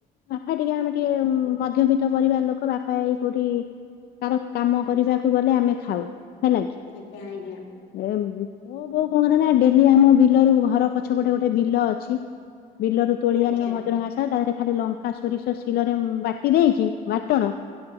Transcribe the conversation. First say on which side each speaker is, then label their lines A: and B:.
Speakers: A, on the left; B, on the left.
A: ବାପା ଟିକେ ଆମେ ଟିକେ ମଧ୍ୟବିତ୍ତ ପରିବାର ଲୋକ, ବାପା ଏଇ କୋଉଠି କାର କାମ କରିବାକୁ ଗଲେ, ଆମେ ଖାଉ। ହେଲା କି
B: ଆଜ୍ଞା ଆଜ୍ଞା।
A: ମୋ ବୋଉ କଣ କରେ ନା, ଡେଲି ଆମ ବିଲରୁ ଘର ପଛପଟେ ଗୋଟେ ବିଲ ଅଛି ବିଲରୁ ତୋଳି
B: ଆଜ୍ଞା
A: ଆଣିବ ମଦରଙ୍ଗା ଶାଗ, ତା ଦେହରେ ଇଆଡେ ଲଙ୍କା, ସୋରିଷ ଶିଳରେ ବାଟି ଦେଇକି, ବାଟଣ